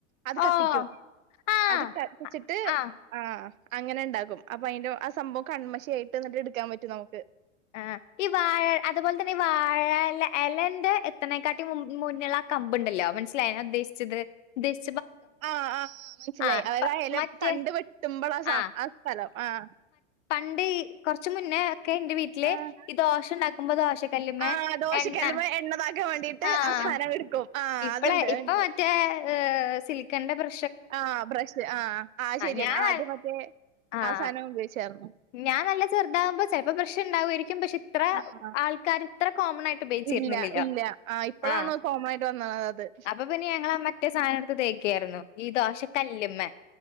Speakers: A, on the right; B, on the left.
A: അത്
B: ഓ
A: കത്തിക്കും
B: ആഹ്
A: അത് കത്തിച്ചിട്ട്
B: ആഹ്
A: ആഹ്. അങ്ങനെ ഇണ്ടാക്കും അപ്പൊ അതിന്റെ ആ സംഭവം കണ്മശി ആയിട്ട് ന്നിട്ട് ഇടുക്കാൻ പറ്റും നമുക്ക്.
B: ആ ഈ വാഴ അതുപോലെ തന്നെ ഈ വാഴല എലന്റെ എത്ത്നേക്കാട്ടി മു മുന്നള്ളാ. കമ്പുണ്ടല്ലോ മനസ്സിലായ ഞാൻ ഉദ്ദേശിച്ചത്. <unintelligible>
A: ആഹ് ആ ആ് മനസ്സിലായി
B: ആഹ്
A: അവരാ എല
B: മറ്റേ
A: തണ്ട് വെട്ടും മ്പളാ സം
B: ആഹ്
A: ആ സ്ഥലം ആഹ്.
B: പണ്ട് കൊറ്ച് മുന്നേ ഒക്കെ ന്റെ വീട്ടില്
A: ആഹ്
B: ഇത് ദോശ ഇണ്ടാക്കുമ്പോ ദോശ് ച്ച കല്ല്മേ
A: ആഹ് ദോശക്കല്ലുമ്മെ
B: എണ്ണ
A: എണ്ണതാക്കാൻ വേണ്ടിട്ട്
B: ആഹ.
A: ആ സാനം എടുക്കും ആഹ്
B: ഇപ്പളെ
A: അത്ണ്ട്
B: ഇപ്പൊ
A: അത്ണ്ട്
B: മറ്റേ ഹ്.. സിൽക്കന്റെ ബ്ര
A: ആഹ് ബ്രഷ് ആ അ ഹ് ശെരിയാണ്.
B: ഞാൻ
A: മറ്റേ
B: ആഹ്
A: ആ സാനം ഉപയോഗിച്ചർന്നു.
B: ഞാൻ നല്ല ചെറുതാകുമ്പോ ചെലപ്പോ ബ്രഷ് ണ്ടാവോരിക്കും പക്ഷെ ഇത്ര
A: ആഹ്
B: ആൾക്കാര് ത്ര കോമൺ ആയിട്ട് ഉപോഗിച്ചിരുന്നിലില്ല.
A: ഇല്ല ഇല്ല ആഹ് ഇപ്പളാണ്
B: ആ
A: കോമൺ ആയിട്ട് വന്നത് അത്
B: അപ്പൊ പിന്നെ ഞങ്ങള മറ്റേ സാ സാനെടുത്ത് തേക്കയായിരുന്നു ഈ ദോശക്കല്ല്മെ.